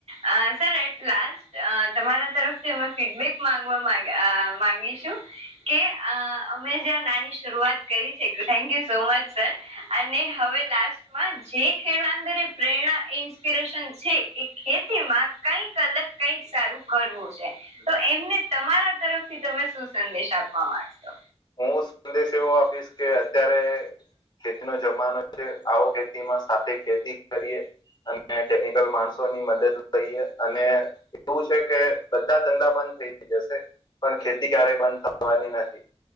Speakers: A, on the right; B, on the left.
A: અહ સર એક લાસ્ટ અહ તમારા તરફથી અમે ફીડબેક ગવમાં અહ માંગીશું. કે અહ અમે જ્યાં નાની શરૂઆત કરી છે thank you so much sir અને હવે લાસ્ટમાં જે ખેડંદરે પ્રેરણા ઇન્સ્પિરેશન છે એ ખેતીમાં કઈક અલગ કઈક સારું કરવું છે. તો એમને તમારા તરફથી તમે શું સંદેશ આપવા માંગશો?
B: હું સંદેશ એવો આપીશ કે અત્યારે ખેતી નો જમાનો છે આવો ખેતીમાં સાથે ખેતી કરીએ અને ટેકનિકલ માણસોની મદદ લઈએ અને એવું છે કે બધા ધંધા બંધ થઈ જશે પણ ખેતી ક્યારેય બંધ થવાની નથી.